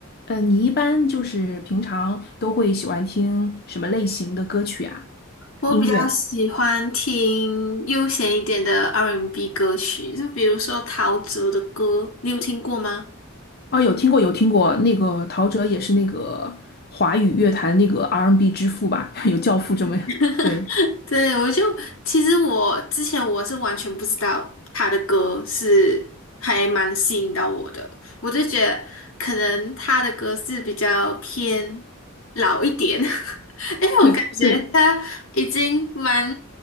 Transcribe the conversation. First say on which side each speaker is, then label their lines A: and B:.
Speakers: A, on the left; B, on the left.
A: 呃，你一般就是平常都会喜欢听什么类型的歌曲啊？
B: 我比较喜欢听悠闲一点的
A: 音乐？
B: R&B 歌曲，就比如说陶喆的歌，你有听过吗？
A: 哦，有听过，有听过。那个陶喆也是那个华语乐坛那个 R&B n 之父吧？<laughs> 有教父这么，
B: <laughs>
A: 对，
B: 对，我就其实我之前我是完全不知道他的歌是还蛮吸引到我的，我就觉得可能他的歌是比较偏老一点，<laughs> 因为我感觉他已经蛮
A: <laughs> 对，